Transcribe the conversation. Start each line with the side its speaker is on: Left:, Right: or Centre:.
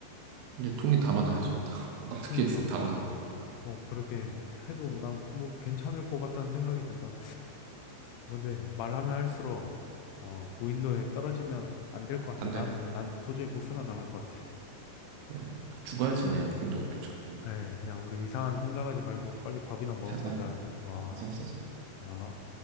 Right: 이제 통에 담아놔야지, 어떡- <laughs> 어떻게든
Left: 그니까
Right: 담아놔.
Left: 어, 그렇게 해도 난 뭐 괜찮을 것 같다는 생각이 든다. 근데 말하면 할수록 어, 무인도에 떨어지면 안 될 것 같아.
Right: 안
Left: 나는
Right: 돼.
Left: 난 도저히 못 살아남을 것 같아.
Right: 네. 죽어야지, 그냥. 근데 도착.
Left: 그래, 야, 우리 이상한 생각하지 말고 빨리 밥이나 먹으러
Right: 자자,
Left: 가자. 어,
Right: 자자, 자자.
Left: 어.